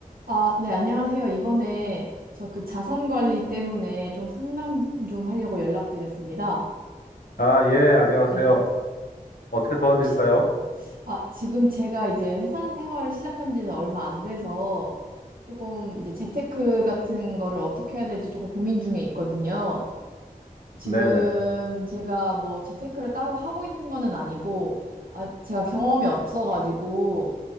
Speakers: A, on the right; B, on the left.
A: 아, 네, 안녕하세요. 이번에 저 그 자산 관리 때문에 좀 상담 좀 하려고 연락드렸습니다.
B: 아, 예, 안녕하세요.
A: 네.
B: 어떻게 도와드릴까요?
A: 혹시, 아, 지금 제가 이제 회사 생활을 시작한 지는 얼마 안 돼서 조금 이제 재테크 같은 거를 어떻게 해야 될지 조금 고민 중에 있거든요. 지금
B: 네네.
A: 제가 뭐 재테크를 따로 하고 있는 거는 아니고, 아, 제가 경험이 없어가지고,